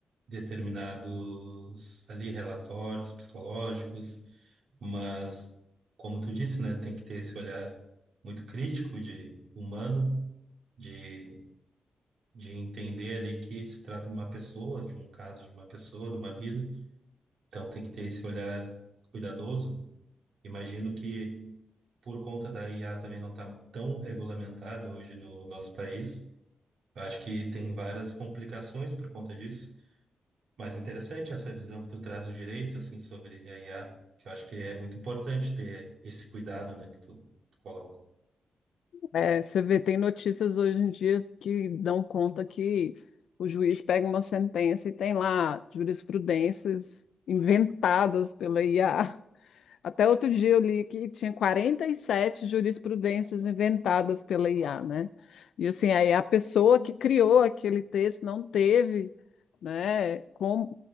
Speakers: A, on the right; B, on the left.
A: determinados ali relatórios psicológicos, mas como tu disse, né, tem que ter esse olhar muito crítico de humano, de, de entender ali que se trata de uma pessoa, de um caso de uma pessoa, de uma vida, então tem que ter esse olhar cuidadoso. Imagino que por conta da IA também não está tão regulamentada hoje no nosso país eu acho que tem várias complicações por conta disso, mas interessante essa visão que tu traz do direito, assim, sobre a IA, que eu acho que é muito importante ter esse cuidado, né, que tu, tu coloca.
B: É, você vê, tem notícias hoje em dia que dão conta que o juiz pega uma sentença e tem lá jurisprudências inventadas pela IA. Até outro dia eu li que tinha 47 jurisprudências inventadas pela IA, né? E assim, aí a pessoa que criou aquele texto não teve, né, como,